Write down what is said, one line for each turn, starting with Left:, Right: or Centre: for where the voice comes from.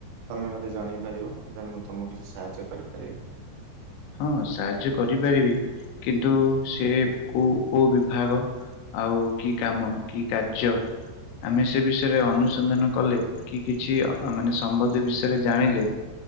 Right: ତମେ ମତେ ଜଣେଇ ପାରିବ ଦେନ୍ ମୁଁ ତମକୁ କିଛି ସାହାଯ୍ୟ କରିପାରିବି।
Left: ହଁ ସାହାଯ୍ୟ କରିପାରିବି କିନ୍ତୁ ସେ କୋଉ କୋଉ ବିଭାଗ? ଆଉ କି କାମ କି କାର୍ଯ୍ୟ ଆମେ ସେ ବିଷୟରେ ଅନୁସନ୍ଧାନ କଲେ କି କିଛି ଅ ମାନେ ସମତେ ଏ ବିଷୟରେ ଜାଣିଲେ